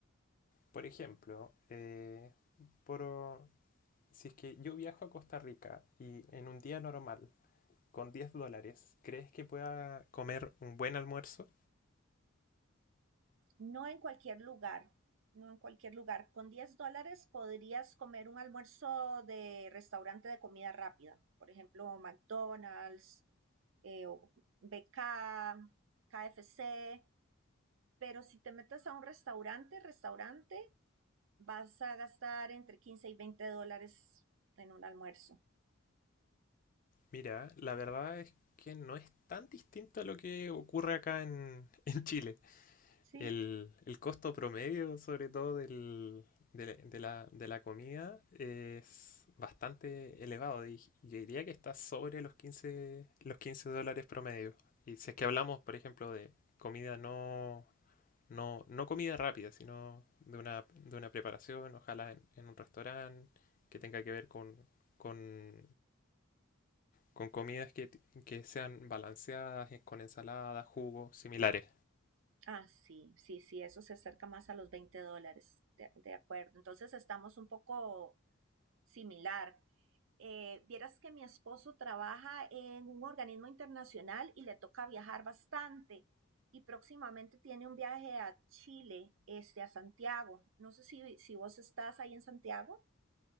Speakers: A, on the left; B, on the right.
A: Por ejemplo, eh, por, si es que yo viajo a Costa Rica y en un día normal, con 10 dólares, ¿crees que pueda comer un buen almuerzo?
B: No en cualquier lugar, no en cualquier lugar. Con 10 dólares podrías comer un almuerzo de restaurante de comida rápida, por ejemplo, McDonald's, eh, o BK, KFC, Pero si te metes a un restaurante, restaurante, vas a gastar entre 15 y 20 dólares en un almuerzo.
A: Mira, la verdad es que no es tan distinto a lo que ocurre acá en, <laughs> en Chile.
B: Sí.
A: El, el costo promedio, sobre todo del, de, la, de la- de la comida, es bastante elevado. Di- Yo diría que está sobre los quince los 15 dólares promedio. Y si es que hablamos, por ejemplo, de comida no, no, no comida rápida, sino de una, de una preparación, ojalá en, en un restaurante que tenga que ver con, con con comidas que, que sean balanceadas, eh, con ensaladas, jugos, similares.
B: Ah, sí, sí, sí, eso se acerca más a los 20 dólares, de, de acuerdo. Entonces estamos un poco similar. Eh, vieras que mi esposo trabaja en un organismo internacional y le toca viajar bastante y próximamente tiene un viaje a Chile, este, a Santiago. No sé si, si vos estás ahí en Santiago.